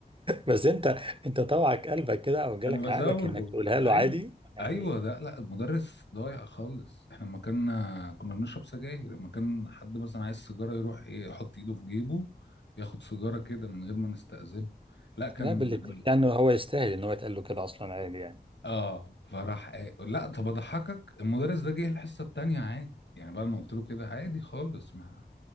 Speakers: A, on the right; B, on the left.
A: بس انت انت طوعك قلبك كده او جالك
B: انا بزاوله
A: عقلك انك تقولها له
B: ايوه
A: عادي يعني
B: ايوه ده لا المدرس ضايع خالص احنا لما كنا كنا بنشرب سجاير لما كان حد مثلا عايز سيجاره يروح ايه يحط ايده في جيبه ياخد سيجاره كده من غير ما نستأذنه لا كان
A: لا باللي
B: بل...
A: بت- يعني هو يستاهل ان هو يتقال له كده اصلا عادي يعني
B: اه فراح إيه. لا طب اضحكك المدرس ده جه الحصه التانيه عادي يعني بعد ما قلت له كده عادي خالص ما